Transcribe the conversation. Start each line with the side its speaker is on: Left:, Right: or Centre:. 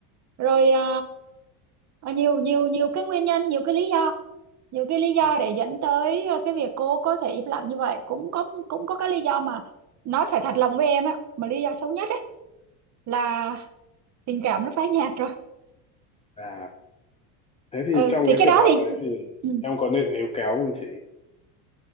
Right: rồi à, à, nhiều nhiều nhiều cái nguyên nhân nhiều cái lý do nhiều cái lý do
Left: Ừ.
Right: để dẫn tới à, cái việc cô có thể im lặng như vậy cũng có cũng có cái lý do mà nói phải thật lòng với em á mà lý do xấu nhất ấy là tình cảm nó phai nhạt rồi
Left: à thế thì
Right: ừ
Left: trong
Right: thì
Left: cái
Right: cái
Left: trường
Right: đó
Left: hợp
Right: thì
Left: đấy thì
Right: ừ,
Left: em có nên níu kéo không chị